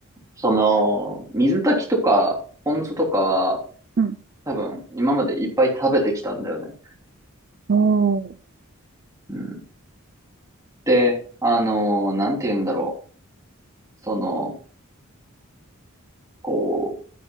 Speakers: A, on the right (about 15°); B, on the right (about 45°).
A: その、水炊きとか、ポン酢とかは、
B: うん
A: 多分、今までいっぱい食べてきたんだよね。
B: おー、
A: うん。で、あのーなんて言うんだろう。その、こう、